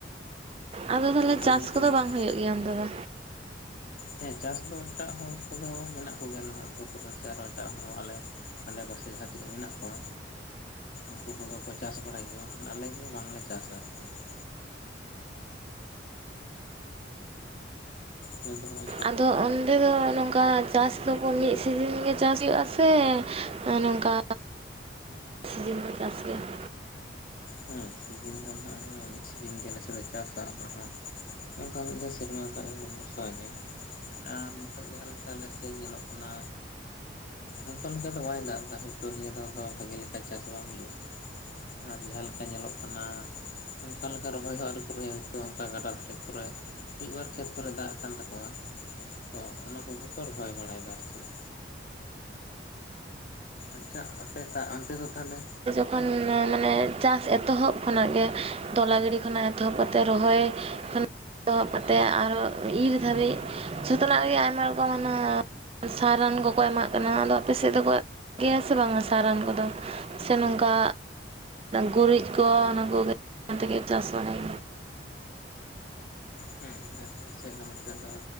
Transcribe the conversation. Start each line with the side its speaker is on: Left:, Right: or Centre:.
Right: ᱟᱫᱚ ᱛᱟᱦᱚᱞᱮ
Left: ᱪᱟᱣᱞᱮ
Right: ᱪᱟᱥ ᱠᱚᱫᱚ
Left: ᱦᱟᱸᱜ
Right: ᱵᱟᱝ ᱦᱩᱭᱩᱜ ᱜᱮᱭᱟ ᱚᱱᱛᱮ ᱫᱚ?
Left: ᱦᱮᱸ ᱪᱟᱥ ᱫᱚ ᱮᱴᱟᱜ ᱦᱚᱲ ᱠᱚᱫᱚ ᱢᱮᱱᱟᱜ ᱠᱚᱜᱮᱭᱟ ᱱᱚᱣᱟ ᱟᱹᱛᱩ ᱠᱚᱨᱮᱱ ᱥᱮ ᱟᱨᱚ ᱮᱴᱟᱜ ᱦᱚᱲ ᱦᱚ ᱟᱞᱮ ᱟᱰᱮ ᱯᱟᱥᱮ ᱡᱟᱦᱟᱸ ᱛᱤᱱᱟᱹᱜ ᱢᱮᱱᱟᱜ ᱠᱚᱣᱟ ᱩᱱᱠᱩ ᱠᱚᱫᱚ ᱠᱚ ᱪᱟᱥ ᱵᱟᱲᱟᱭ ᱜᱮᱭᱟ, ᱢᱮᱱᱠᱷᱟᱱ ᱟᱞᱮᱜᱮ ᱵᱟᱝᱞᱮ ᱪᱟᱥᱟ ᱟᱨᱪᱮᱫ᱾ <inaudible> ᱦᱮ ᱛᱚ ᱦᱚᱜᱼᱚᱭ
Right: ᱟᱫᱚ ᱚᱸᱰᱮ ᱫᱚ ᱱᱚᱝᱠᱟ ᱪᱟᱥ ᱫᱚ ᱢᱤᱫ ᱥᱤᱡᱤᱱ ᱜᱮ ᱪᱟᱥ ᱦᱩᱭᱩᱜᱼᱟ ᱥᱮ ᱱᱚᱝᱠᱟ ᱥᱤᱡᱤᱱ ᱫᱚ ᱪᱟᱥ ᱦᱩᱭᱩᱜᱼᱟ?
Left: ᱦᱮᱸ ᱥᱤᱡᱤᱱ ᱫᱚ ᱦᱟᱜ ᱢᱤᱫ ᱥᱤᱡᱤᱱ ᱜᱮᱭᱟ ᱟᱞᱮ ᱥᱮᱞᱮ ᱪᱟᱥᱟ ᱚᱱᱟ ᱦᱚᱸ ᱚᱱᱠᱟ ᱢᱤᱫ ᱫᱷᱟᱣ ᱥᱮᱨᱢᱟ ᱫᱟᱜ ᱡᱟᱹᱲᱤ ᱵᱷᱚᱨᱥᱟ ᱜᱮ ᱟᱨ ᱱᱤᱛᱚᱜ ᱡᱟᱦᱟᱸ ᱞᱮᱠᱟ ᱟᱞᱮᱥᱮᱫ ᱧᱮᱞᱚᱜ ᱠᱟᱱᱟ ᱚᱱᱠᱟ ᱞᱮᱠᱟ ᱫᱚ ᱵᱟᱭ ᱫᱟᱜ ᱮᱫᱟ, ᱦᱳᱭᱛᱳ ᱱᱤᱭᱟᱹ ᱫᱷᱟᱣ ᱫᱚ ᱵᱷᱟᱜᱤ ᱞᱮᱠᱟ ᱪᱟᱥ ᱵᱟᱝ ᱦᱩᱭᱩᱜᱼᱟ᱾ ᱟᱨ ᱡᱟᱦᱟᱸ ᱞᱮᱠᱟ ᱧᱮᱞᱚᱜ ᱠᱟᱱᱟ ᱚᱱᱠᱟ ᱞᱮᱠᱟ ᱨᱚᱦᱚᱭ ᱦᱚᱸ ᱟᱹᱣᱨᱤ ᱠᱚ ᱨᱚᱦᱚᱭᱟ ᱦᱳᱭᱛᱳ ᱚᱱᱠᱟ ᱜᱟᱰᱟ ᱫᱷᱟᱨᱮ ᱠᱚᱨᱮ ᱢᱤᱫᱼᱵᱟᱨ ᱠᱷᱮᱛ ᱠᱚᱨᱮ ᱫᱟᱜ ᱟᱠᱟᱱ ᱛᱟᱠᱚᱣᱟ᱾ ᱛᱚ ᱚᱱᱟ ᱠᱚᱜᱮ ᱠᱚ ᱨᱚᱦᱚᱭ ᱵᱟᱲᱟᱭᱫᱟ ᱟᱨ ᱪᱮᱫ᱾ ᱟᱪᱪᱷᱟ ᱟᱯᱮ ᱚᱱᱛᱮ ᱫᱚ ᱛᱟᱦᱚᱞᱮ
Right: ᱠᱷᱚᱱ ᱢᱟᱱᱮ ᱪᱟᱥ ᱮᱛᱚᱦᱚᱵ ᱠᱷᱚᱱᱟᱜ ᱜᱮ ᱛᱚᱞᱟ ᱜᱤᱲᱤ ᱠᱷᱚᱱᱟᱜ ᱮᱛᱚᱦᱚᱵ ᱠᱟᱛᱮᱫ ᱨᱚᱦᱚᱭ ᱠᱷᱚᱱ ᱮᱚᱦᱚᱵ ᱠᱟᱛᱮᱫ ᱟᱨᱚ ᱤᱨ ᱫᱷᱟᱵᱤᱡ ᱡᱚᱛᱚᱱᱟᱜ ᱜᱮ ᱟᱭᱢᱟ ᱨᱚᱠᱚᱢ ᱥᱟ ᱨᱟᱱ ᱠᱚᱠᱚ ᱮᱢᱟᱜ ᱠᱟᱱᱟ, ᱟᱫᱚ ᱟᱯᱮ ᱥᱮᱫ ᱫᱚᱠᱚ ᱜᱮᱭᱟ ᱥᱮ ᱵᱟᱝ ᱟ? ᱥᱟ ᱨᱟᱱ ᱠᱚᱫᱚ ᱥᱮ ᱱᱚᱝᱠᱟ ᱜᱩᱨᱤᱡᱽ ᱠᱚ ᱚᱱᱟ ᱠᱚᱜᱮ, ᱚᱱᱟ ᱛᱮᱜᱮ ᱪᱟᱥ ᱵᱟᱲᱟᱭ᱾
Left: ᱦᱮᱸ ᱟᱞᱮ ᱥᱮᱡ ᱫᱚ ᱱᱚᱛᱮ ᱫᱚ